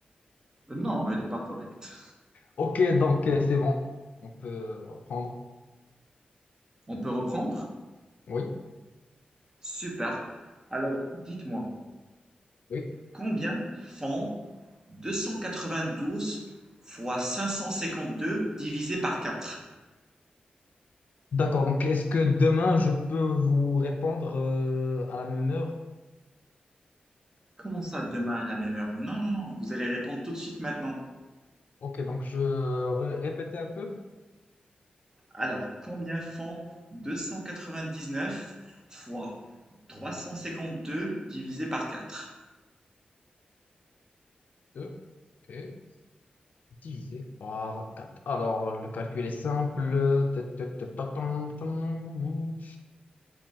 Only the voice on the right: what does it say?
Euh, Non, elle n'est pas correcte.
On peut reprendre?
Super. Alors, dites-moi,
combien font 292 fois 552 divisé par 4?
Comment ça, demain à la même heure? Non, non, non, vous allez répondre tout de suite maintenant.
Alors, combien font 299 fois 352 divisé par 4?